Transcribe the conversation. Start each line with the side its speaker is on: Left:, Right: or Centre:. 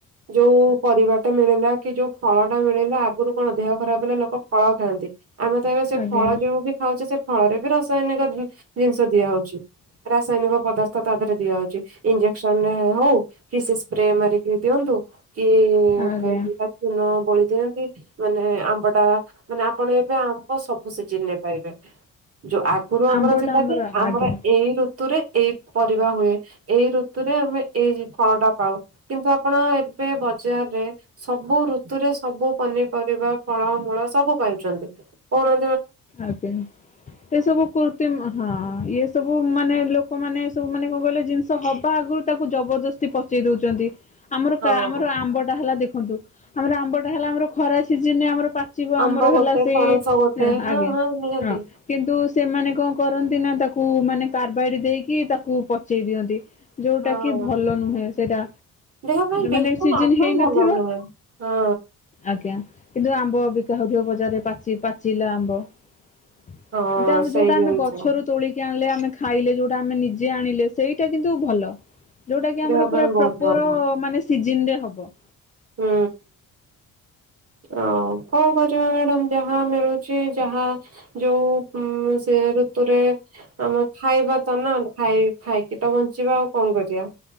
Right: ଯୋଉ ପରିବାଟା ମିଳିଲା କି ଯୋଉ ଫଳ ଟା ମିଳିଲା ଆଗରୁ କଣ ଦେହ ଖରାପ ହେଲେ ଫଳ ଖାଆନ୍ତି ଆମେ ତ ଏବେ ସେ
Left: ଆଜ୍ଞା
Right: ଫଳ ଯୋଉ ବି ଖାଉଛେ ସେ ଫଳରେ ବି ରାସାୟନିକ ଜିନିଷ ଦିଆହଉଛି ରାସାୟନିକ ପଦାର୍ଥ ତା ଦେହରେ ଦିଆହଉଛି ଇଞ୍ଜେ କ୍ସନ୍ ହଉ କିଛି ସ୍ପ୍ରେ ମାରିକି ଦିଅନ୍ତୁ କିଏ
Left: ଆଜ୍ଞା
Right: ଚୂଣ ବଳି ଦିଅନ୍ତି ମାନେ ଆମ୍ବଟା ମାନେ ଆପଣ ଏବେ ଆମ୍ବ ସବୁ ସିଜିନରେ ପାଇବେ। ଯୋଉ ଆଗରୁ ଆମର
Left: ଆମ୍ବଟା
Right: ଯେଥିଲା କି ଆମର
Left: ଆଜ୍ଞା
Right: ଏଇ ଋୁ ଋତୁରେ ଏଇ ପରିବା ହୁଏ ଏଇ ଋତୁ ଋତୁରେ ଆମେ ଏଇ ଫଳଟା ପାଉ କିନ୍ତୁ ଆପଣ ଏବେ ବଜାରରେ ସବୁ ଋତୁରେ ସବୁ ପନିପରିବା ଫଳ ମୂଳ ସବୁ ପାଉଛନ୍ତି କୌଣ
Left: ଆଜ୍ଞା ଏ ସବୁ କୁର୍ତ ହଁ ସବୁ ମାନେ ଲୋକମାନେ ସବୁ ମାନେ କଣ କହିଲେ ଜିନିଷ ହବା ଆଗରୁ ତାକୁ ଜବରଦସ୍ତି ପଚେଇ ଦଉଛନ୍ତି। ଆମର
Right: ହଁ
Left: କା ଆମର ଆମ୍ବଟା ହେଲା ଦେଖୁ ନ୍ତୁ ଆମର ଆମ୍ବ ଟା ହେଲା ଆମର ଖରା ସିଜନ ଆମର ପାଚିବ
Right: ଆମ୍ବ
Left: ଆମର ହେଲା
Right: ଗୋଟେ
Left: ସେଇ
Right: ପଣସ ଗୋଟେ
Left: ଆଜ୍ଞା
Right: ହଁ ନିହାତି
Left: ହଁ କିନ୍ତୁ ସେମାନେ କଣ କରନ୍ତି ନା ତାକୁ ମାନେ କାରବାଡି ଦେଇକି ତାକୁ ପଚେଇ ଦିଅନ୍ତି। ଯୋଉଟା
Right: ହଁ।
Left: କି ଭଲ ନୁହେଁ ସେଟା
Right: ଦେହ ପାଇଁ ବିଲକୁଲ
Left: ମାନେ ସିଜିନ୍
Right: ଆଦୌ
Left: ହେଇନଥିବ
Right: ଭଲ ନୁହେଁ। ହଁ
Left: ଆଜ୍ଞା କିନ୍ତୁ ଆମ୍ବ ବିକା ହଉଥିବ ବଜାରରେ ପାଚିଲା ଆ ବ। ଏ
Right: ହଁ
Left: ଆମେ
Right: ସେଇ
Left: ଯୋଉଟା
Right: ଜିନିଷ
Left: ଆମେ ଗଛରୁ ତୋଳିକି ଆଣିଲେ ଆମେ ଖାଇଲେ ଯୋଉଟା ଆମେ ନିଜେ ଆଣିଲେ। ସେଇଟା କିନ୍ତୁ ଭଲ। ଯୋଉଟା କି ଆମର
Right: ଦେହ ପାଇଁ
Left: ପୁରା
Right: ବହୁତ
Left: ପ୍ରପର
Right: ଭଲ
Left: ମାନେ। ସିଜିନରେ ହବ।
Right: ହୁଁ ଆଉ କଣ କରିବା ମ୍ୟାଡାମ ଯାହା ମିଳୁଛି ଯାହା ଯୋଉ ସେ ଋତୁରେ ଆମେ ଖାଇବା ତ ନାାଇ ଖାଇକି ତ ବଞ୍ଚିବା ଆଉ କଣ କରିବା?